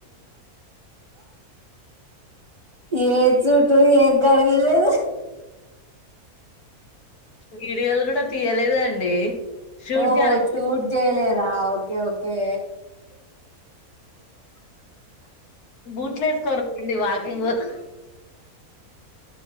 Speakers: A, on the right (about 20°); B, on the left (about 90°).
A: ఏ చుట్టూ ఏ గడగలేదు
B: వీడియోలు కూడా తీయలేదు అండి. షూట్
A: ఓహో
B: జరగ <inaudible>
A: షూట్ చేయలేదా ఓకే ఓకే
B: బూట్లెస్కోరి <inaudible> వా <unintelligible>